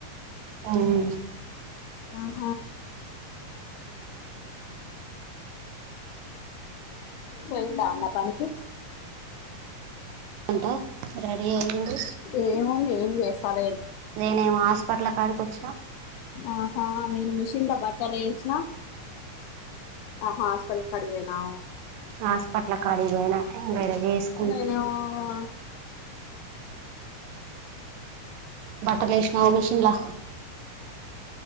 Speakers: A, on the right; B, on the left.
A: ఆవునూ
B: ఆ పోయిందా అమ్మ పనికి
A: అంటా రెడీ అయింది
B: ఏముంది ఏం చేస్తాల
A: నేనేమో హాస్పటల్ కాడికి వచ్చిన
B: ఆహా నేను మిషిన్ లో బట్టల ఏసిన ఆహా హాస్పిటల్ కడివేనా
A: హాస్పటల్ కాడకపోయినా వేసుకొని
B: నేనేమో
A: బట్టలేసినావా మిషన్లో